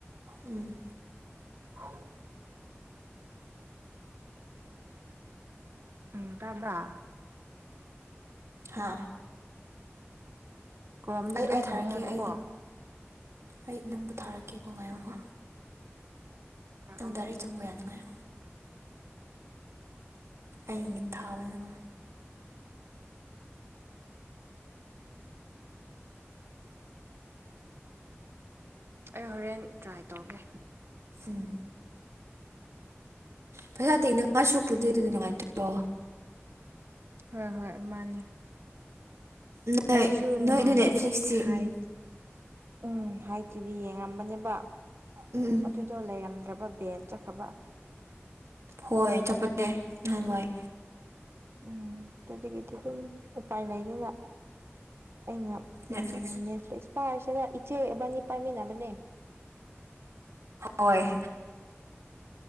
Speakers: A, on the right; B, on the right.
A: ꯎꯝ
B: <unintelligible> ꯎꯝ ꯇꯕ꯭ꯔꯥ
A: ꯍꯥꯥ
B: ꯀ꯭ꯔꯣꯝꯗ
A: ꯑꯩ
B: ꯑꯗꯨꯝ
A: ꯑꯩ ꯊꯥꯔꯛꯀꯦ
B: ꯐꯪꯉꯦ ꯍꯥꯏꯕꯀꯣ
A: ꯑꯩ ꯂꯤꯡ ꯑꯩ ꯅꯪꯕꯨ ꯊꯥꯔꯛꯀꯦꯀꯣ ꯉꯥꯏꯌꯨꯀꯣ
B: ꯎꯝ ꯎꯝ ꯄꯨꯔꯛꯑꯣ
A: ꯅꯪ ꯗꯥꯏꯔꯦꯛ
B: ꯍꯣꯏ
A: ꯆꯪꯕ ꯌꯥꯅꯤꯉꯥꯏ ꯑꯩ ꯂꯤꯡ ꯊꯥꯕꯅꯦꯕ
B: ꯑꯩ ꯍꯣꯔꯦꯟ ꯇ꯭ꯔꯥꯏ ꯇꯧꯒꯦ
A: ꯎꯝ ꯄꯩꯁꯥ ꯇꯦꯡꯅꯉꯥꯏ ꯁꯨꯔꯛꯄꯨꯗꯤ ꯑꯗꯨꯅ ꯅꯨꯡꯉꯥꯏꯇ꯭ꯔꯣ
B: ꯍꯣꯏ ꯍꯣꯏ ꯃꯥꯅꯦ
A: ꯅꯣꯏ
B: ꯑꯩꯁꯨ
A: ꯅꯣꯏ
B: ꯅꯍꯥꯟꯗꯤ
A: ꯑꯗꯨ ꯅꯦꯠꯐ꯭ꯂꯤꯛꯁꯇꯤ
B: ꯍꯥꯏ
A: ꯎꯝ
B: ꯎꯝ ꯍꯥꯏ ꯇꯤꯚꯤ ꯌꯦꯡꯉꯝꯕꯅꯦꯕ
A: ꯎꯝ
B: ꯑꯗꯨꯗꯣ ꯂꯩꯔꯝꯗ꯭ꯔꯕ ꯕꯦꯟ ꯆꯠꯈ꯭ꯔꯕ
A: ꯍꯣꯏ ꯆꯠꯄꯅꯦ ꯅꯍꯥꯟꯋꯥꯏ
B: ꯎꯝ ꯑꯗꯨꯇꯤꯀꯩꯗꯤꯤ ꯑꯗꯨꯝ ꯎꯄꯥꯏ ꯂꯩꯗꯅ ꯑꯩꯅ
A: ꯅꯦꯠꯐ꯭ꯂꯤꯛꯁ
B: ꯎꯝꯁꯄꯥꯔꯁꯦꯗ ꯏꯆꯦꯕꯅꯤ ꯄꯥꯏꯃꯤꯅꯕꯅꯦ
A: ꯍꯣꯏ